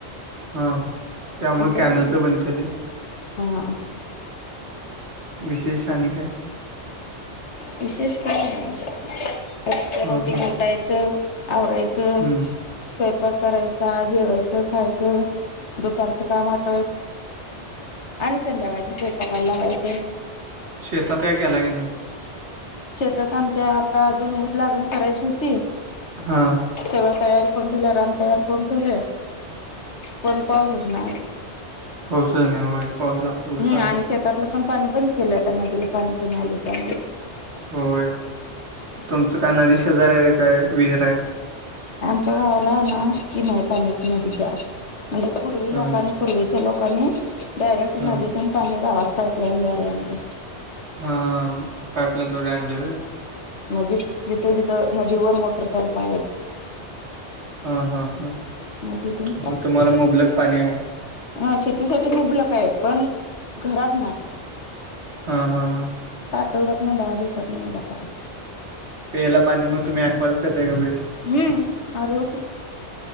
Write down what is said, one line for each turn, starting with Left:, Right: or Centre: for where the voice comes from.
Right: हा, त्यामुळे
Left: आणि ते
Right: कॅनलच
Left: पण
Right: बंद केलय.
Left: हा
Right: विशेष आणि काय?
Left: विशेष काय नाही, रोजच
Right: हा
Left: रूटीनन
Right: हा
Left: ऊटायचं आवरायचं,
Right: हम्म
Left: स्वयंपाक करायचा, जेवायचं, खायचं, दुपारचं काम आठवाय आणि संध्याकाळचं स्वयंपाकाला लागायचं.
Right: शेता काही केलाय काय नाही?
Left: शेतात आमच्या आता अजून ऊस लागण करायची हुती,
Right: हा
Left: सगळं तयार करून ठेवल्या, रान तयार करुन ठेवलय, पण पाऊसच नाय आजून.
Right: पाऊसच नाही होय, पाऊस लागतेय उसाला.
Left: आणि शेतातलं पण पाणी बंद केलंय आता, नदीला पाणी कमी आलय त्यामुळ.
Right: होय, तुमचं काय नदी शेजारी हाय, काय विहिराय.
Left: आच्या गावाला ना स्कीम आय, पाण्याच्या नदीच्या म्हणजे पूर्वी
Right: हा
Left: लोकांनी पूर्वीच्या लोक कोणी डैरेक्ट
Right: हा
Left: नदी तुन पनी गावात पैप लईन द्वारे आणलय.
Right: हाहह पईप लाईनद्वारे आणलंय वय?
Left: मजे जिथं, जिथं नदीवर मोटरपंप आहेत
Right: हा हा हा,
Left: मग तिथून
Right: तुम्हाला मुबलक पाणी हाय?
Left: ह शेतीसाठी मुबलक हाय, पण घरात नाहीं.
Right: हा हा हा.
Left: आठवड्यात नं, दहा दिवसातन ऐगदा पाणी.
Right: प्यायला पाणी मग तुम्ही यॅकवाज प्याताय का?
Left: हम्म. आरोच.